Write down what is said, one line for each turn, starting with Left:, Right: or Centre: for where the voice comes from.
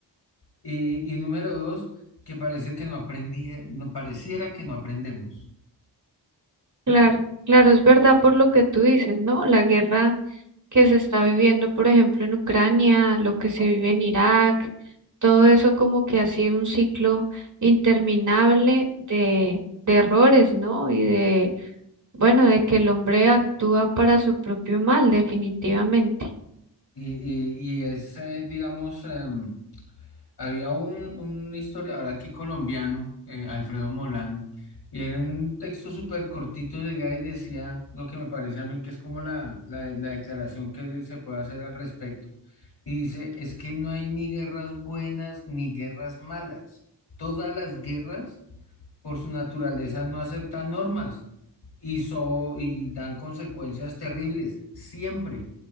Left: Y, y número dos, que parece que no aprendí, no pareciera que no aprendemos.
Right: Claro, claro, es verdad por lo que tú dices, ¿no? La guerra que se está viviendo, por ejemplo, en Ucrania, lo que se vive en Irak, todo eso como que ha sido un ciclo interminable de, de errores, ¿no? Y de, bueno, de que el hombre actúa para su propio mal, definitivamente.
Left: Y, y- y es, eh, digamos, em, Había un, un historiador aquí colombiano, eh, Alfredo Molano, y en un texto súper cortito de Gay decía lo que me parece a mí que es como la, la, la declaración que se puede hacer al respecto. Y dice, es que no hay ni guerras buenas ni guerras malas. Todas las guerras por su naturaleza no aceptan normas y, so- y dan consecuencias terribles, siempre,